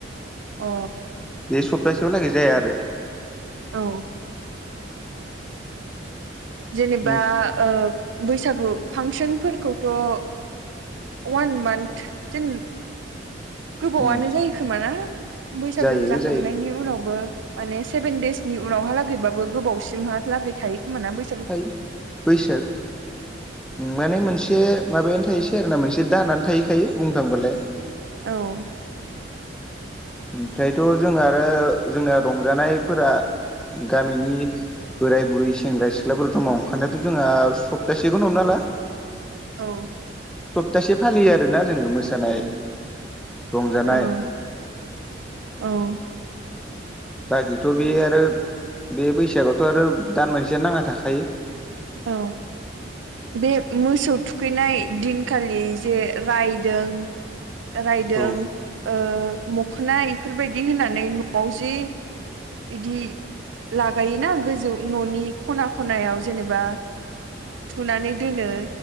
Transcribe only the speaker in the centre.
बे सप्तासेयाव लागै जाया आरो
उम
उम
जायो
जायो
थायो बैसोर माने मोनसे माबायानो थाहसै आरोना मोनसे दानो थाहैखायो बुंनो थांबालाय
ओमफ्रायथ' जोंहा आरो जोंना रंजानायफोरा गामिनि बोराय बुरै, सेंग्रा सिख्लाफोर जमा ओंखारनायाथ' जोंहा सप्तासेखौनो हमना ला।
सप्तासे फालियो आरोना जोङो मोसानाय रंजानाय
बाखिथ' बे आरो बे बैसागआवथ' आरो दान मोनसेयानो नांना थाखायो।
औ